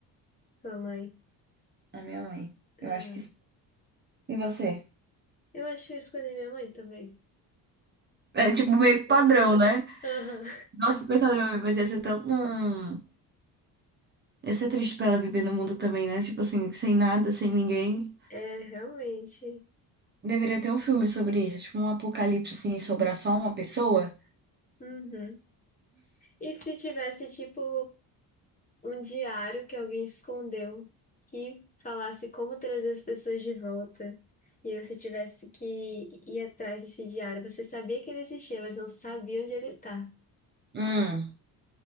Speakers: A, on the left; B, on the right.
A: Sua mãe.
B: A minha mãe.
A: Ah,
B: Eu acho que. sim. E você?
A: eu acho que eu escolhi minha mãe também.
B: É tipo meio que
A: É,
B: padrão, né?
A: Aham.
B: Nossa, coitada da minha mãe, mas ia ser tão. Hum, ia ser triste pra ela viver no mundo também, né? Tipo assim, sem nada, sem ninguém.
A: É, realmente.
B: Deveria ter um filme sobre isso, tipo um apocalipse assim, e sobrar só uma pessoa.
A: Uhum. E se tivesse, tipo, um diário que alguém escondeu que falasse como trazer as pessoas de volta? E você tivesse que ir atrás desse diário. Você sabia que ele existia, mas não sabia onde ele tá.
B: Hum.